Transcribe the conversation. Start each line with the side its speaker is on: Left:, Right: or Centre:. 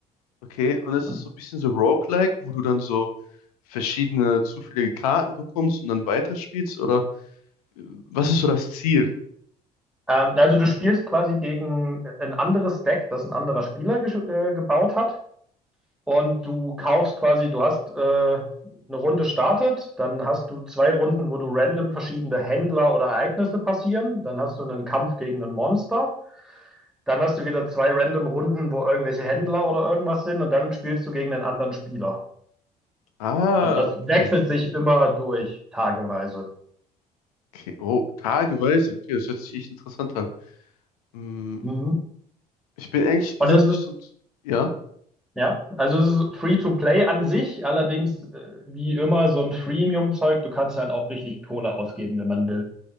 Left: okay. Und das
Centre: Und,
Left: ist so ein bisschen so Roguelike, wo du dann so verschiedene zufällige Karten bekommst und dann weiterspielst? Oder was ist so das Ziel?
Centre: Ähm, also du spielst quasi gegen äh, ein anderes Deck, das ein anderer Spieler gesch- äh, gebaut hat. Und du kaufst quasi, du hast äh, eine Runde startet, dann hast du zwei Runden, wo du random verschiedene Händler oder Ereignisse passieren. Dann hast du einen Kampf gegen ein Monster. Dann hast du wieder zwei random Runden, wo irgendwelche Händler oder irgendwas sind und dann spielst du gegen einen anderen Spieler.
Left: Ah,
Centre: Und das
Left: okay.
Centre: wechselt sich immer durch, tageweise.
Left: Okay. Oh, tageweise. Okay, das hört sich echt interessant an. Hm,
Centre: Mhm.
Left: ich bin ehrlich gesagt
Centre: Und es ist,
Left: nicht so ein... Ja?
Centre: ja, also es ist Free-to-Play an sich, allerdings äh, wie immer so ein Freemium-Zeug, du kannst dann auch richtig Kohle ausgeben, wenn man will.